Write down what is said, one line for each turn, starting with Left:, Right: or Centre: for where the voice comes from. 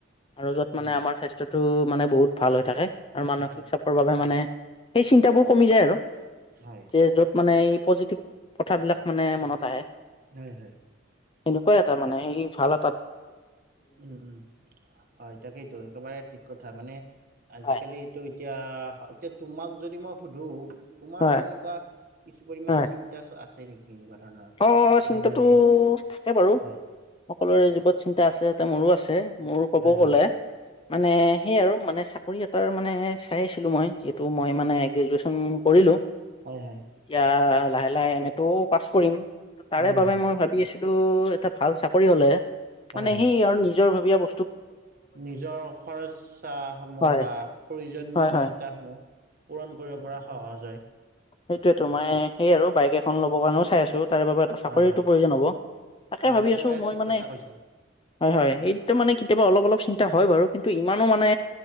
Left: আৰু যত
Right: উম
Left: মানে আমাৰ স্বাস্থটো মানে বহুত ভাল হৈ থাকে আৰু মানসিক
Right: উম
Left: চাপৰ বাবে মানে সেই চিন্তাবোৰ কমি যায় আৰু।
Right: হয়।
Left: যে য'ত মানে এই পজিটিভ কথাবলাক মানে মনত আহে।
Right: হয় হয়।
Left: এনেকুৱা তামানে সেই খিনি ভালা
Right: উম-উম হয় তাকেইতো একেবাৰে ঠিক কথা মানে আজিকালিতো
Left: হয়,
Right: এতিয়া এতিয়া তোমাক যদি মই সুধোঁ তোমাৰ
Left: হয়,
Right: বা এনেকুৱা কিছু পৰিমাণে
Left: হয়।
Right: চিন্তা আছে নেকি এনেকুৱা ধৰণৰ?
Left: অ
Right: যি
Left: চিন্তাটো
Right: মানে
Left: থাকে বাৰু। সকলোৰে
Right: হয়
Left: জীৱত চিন্তা আছে যাতে মোৰো আছে মোৰো ক'ব
Right: হয়
Left: গ'লে
Right: <inaudible>
Left: মানে সেয় আৰু মানে চাকৰি এটাৰ মানে চাই আছিলোঁ মই যিহেতু মই মানে গ্ৰেজুয়েচন কৰিলোঁ।
Right: হয় হয়।
Left: এতিয়া লাহে লাহে এম এ টোও পাছ কৰিম, তাৰে
Right: হয়
Left: বাবে
Right: হয়
Left: মই ভাবি আছো তু এটা ভাল চাকৰি হলে,
Right: হয়
Left: মানে
Right: হয়
Left: সেই আৰু নিজৰ ববীয়া ব
Right: নিজৰ খৰচা সমূহ
Left: হয়,
Right: বা প্ৰয়োজনীয়তা
Left: হয়, হয়
Right: সমূহ পূৰণ কৰিব পৰা সহজ হয়।
Left: সেইটোৱেটো মই সেই আৰু বাইক এখন ল'বৰ কাৰণেও চাই আছো তাৰে বাবে চাকৰিওটো
Right: হয় হয়
Left: প্ৰয়োজন হ'ব তাকে
Right: হয়
Left: ভাবি
Right: একেবাৰে
Left: আছো মই
Right: ঠিক
Left: মানে
Right: কথা কৈছা
Left: হয় হয় এইটো মানে কেতিয়াবা অলপ অলপ চিন্তা হয় বাৰু কিন্তু ইমানো মানে